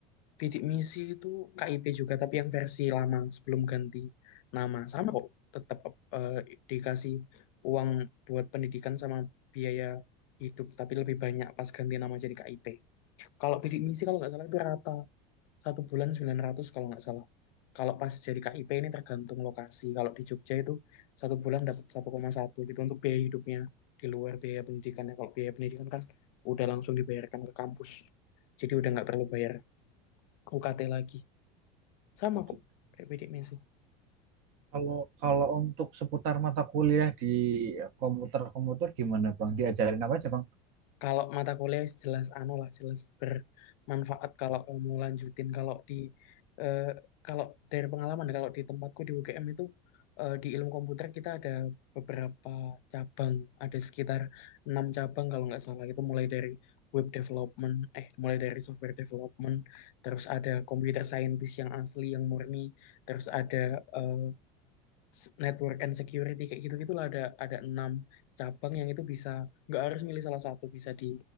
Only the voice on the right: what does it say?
Itu.
kalau kalau untuk seputar mata kuliah di komputer komputer gimana bang diajarin apa aja bang